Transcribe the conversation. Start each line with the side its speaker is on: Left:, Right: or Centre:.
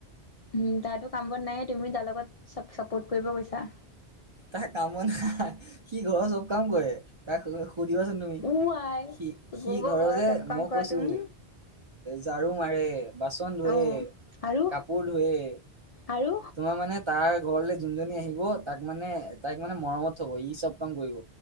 Left: উম তাতো কাম বন নায়ে তুমি তাৰ লগত চা চাপৰ্ট কৰিব গৈছা।
Right: তাৰ কামত নাই সি ঘৰৰ চব কাম কৰে তাক। সুধিবাচোন তুমি
Left: উ আই
Right: সি সি
Left: গোবৰ
Right: ঘৰৰ যে
Left: চব কাম
Right: মই
Left: কৰা
Right: কৈছোঁ।
Left: তুমি।
Right: ঝাৰু মাৰে বাচন ধুৱে
Left: অ' আৰু
Right: কাপোৰ ধুৱে-
Left: আৰু
Right: তোমাৰ মানে তাৰ ঘৰলে যোনজনী আহিব তাক মানে তাইক মানে মৰমত থব ই চব। কাম কৰিব